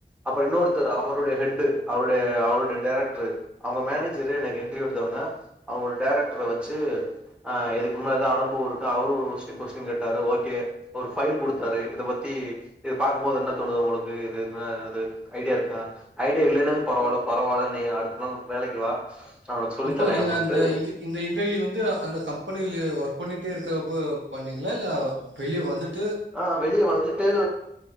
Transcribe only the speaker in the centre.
அப்புறம் இன்னொருத்தரு அவருடைய ஹெட் அவருடைய அவருடைய டைரக்ட்ரு அவங்க மேனேஜரு எனக்கு இன்டர்வியூ எடுத்தவங்க அவங் டைரக்ட்ர வச்சு வச்சு ஆ இதுக்கு முன்ன எதா அனுபவ இருக்கா அவர் கொஸ்டின் கேட்டாரு ஓகே ஒரு ஃபைல் கொடுத்து தாரு இதை பத்தி இது பாக்கும்போது என்ன து தோணுது உங்களுக்கு இதுது ஐடியா இருக்கா ஐடியா இல்லைன்னு பரவால்ல பரவால்ல நீ அடுத்த நாள் வேல லைக்கு வா நா உனக்கு சொல்லி
தரே
அப்டின்ட்டு
ஆ வெளியே வந்துட்டு